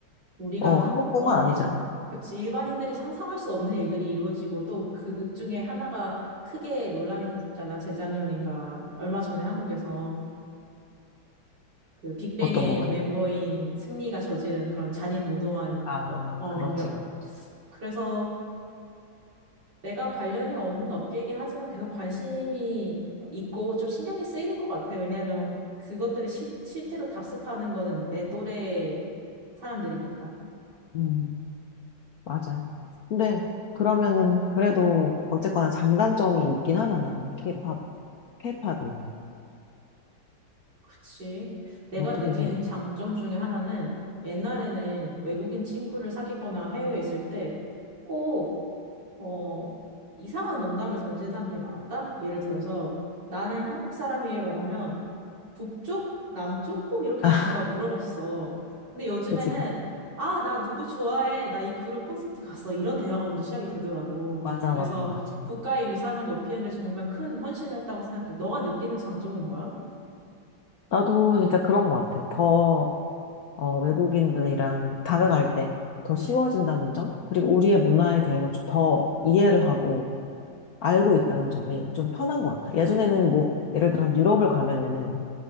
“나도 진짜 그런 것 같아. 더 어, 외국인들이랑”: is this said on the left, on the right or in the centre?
Left